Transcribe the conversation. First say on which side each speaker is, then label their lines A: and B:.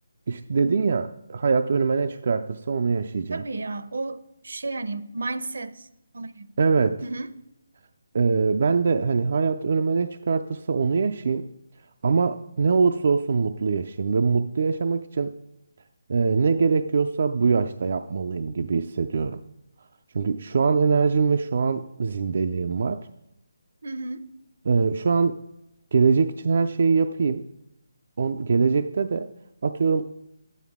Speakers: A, on the right; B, on the right.
A: işte dedin ya hayat önüme ne çıkartırsa onu yaşayacağım.
B: Tabii ya o şey hani mindset olayı.
A: Evet.
B: Hı hı,
A: Ee, ben de hani hayat önüme ne çıkartırsa onu yaşayayım. Ama ne olursa olsun mutlu yaşayayım. Ve mutlu yaşamak için e, ne gerekiyorsa bu yaşta yapmalıyım gibi hissediyorum. Çünkü şu an enerjim ve şu an zindeliğim var.
B: hı hı,
A: Ee, şu an gelecek için her şeyi yapayım. On, gelecekte de atıyorum